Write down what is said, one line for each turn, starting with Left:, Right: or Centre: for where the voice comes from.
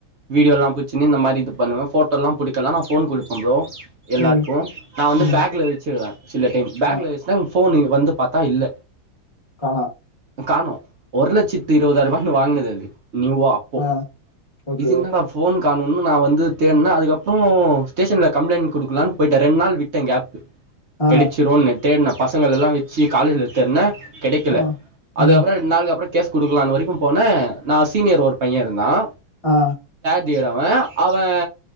Right: வீடியோ எல்லாம் புச் சின்னு இந்த மாதிரி இது பண்ணுவே ஃபோட்ட லாம் புடிக்கலாம் நா போன் குடுப்பே ப்ரோ எல்லாருக்கும்
Left: ம்,
Right: நா வந்து
Left: ம்,
Right: பேக்ல வச்சிருவேன் சில டைம் பேக்ல
Left: ஆ,
Right: வச்சுனா போன் வந்து பாத்தா இல்ல
Left: காணா
Right: காணும் ஒரு லட்சத்து இருபதாயி ரூவான்னு வாங்குனது அது நியூவா போ
Left: ஆ, ஓகே.
Right: இதென்னடா ஃபோன் காணம்னு நா வந்து தேடுன்னா அதுக்கப்றோ ஸ்டேஷன்ல கம்ளைண்ட் கொடுக்கலாம்னு போயிடடே ரெண்டு நாள் விட்டே கேப்
Left: ஆ,
Right: கெடச்சரும்ன்னு தேடினே பசங்கள எல்லா வச்சு காலேஜ்ல தேடுனே கெடக்கெல
Left: ஆ,
Right: அதுக்கப்றோ
Left: ம்,
Right: ரெண்டு நாளுக்கு அப்றோ கேஸ் கொடுக்கலாம்னு வரக்கும் போனே நா சீனியர் ஒரு பையே இருந்தான்
Left: ஆ
Right: னியர் அவே அவே